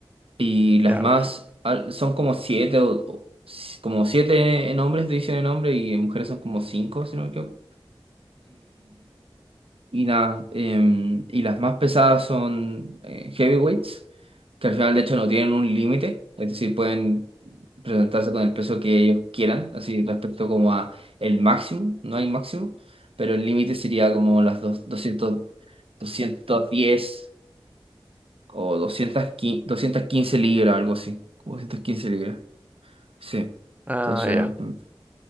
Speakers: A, on the right (about 85°); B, on the right (about 15°).
A: Y las
B: Ya,
A: más
B: perfecto.
A: al- son como 7 o, o- como 7 en hombres, división en hombres, y en mujeres son como 5, si no me equivoco. Y nada, em, y las más pesadas son eh, heavyweights, que al final de hecho no tienen un límite, es decir, pueden presentarse con el peso que ellos quieran, así respecto como a el máximo, no hay máximo, pero el límite sería como las dos- doscientos doscientos diez o 215, quince doscientos quince libras, algo así, como 215 libras, sí.
B: Ah,
A: Entonces,
B: ya,
A: mm,